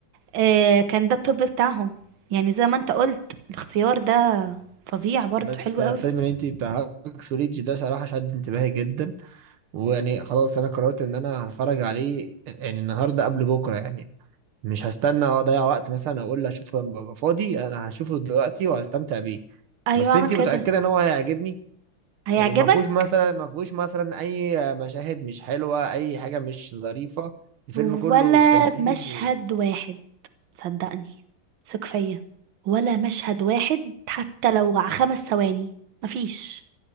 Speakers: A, on the right; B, on the right.
A: آه كان ده التوب بتاعهم يعني زي ما انت قلت الاختيار ده فظيع برضو
B: بس
A: حلو
B: آه،
A: قوي
B: فيلم اللي انت بتاع هاكس وريدج ده صراحه شد انتباهي جدا ويعني خلاص انا قررت ان انا هتفرج عليه يعني النهارده قبل بكره يعني مش هستنى اضيع وقت مثلا اقول اشوف لما ابقى فاضي انا هشوفه دلوقتي وهستمتع بيه
A: ايوه
B: بس
A: اعمل
B: انتي
A: كده
B: متاكده ان هو هيعجبني
A: هيعجبك
B: يعني ما فيهوش مثلا ما فيهوش مثلا اي مشاهد مش حلوه اي حاجه مش ظريفه الفيلم
A: ولا
B: كله تمثيل
A: مشهد
B: و...
A: واحد صدقني ثق فيا ولا مشهد واحد حتى لو ع- خمس ثواني مفيش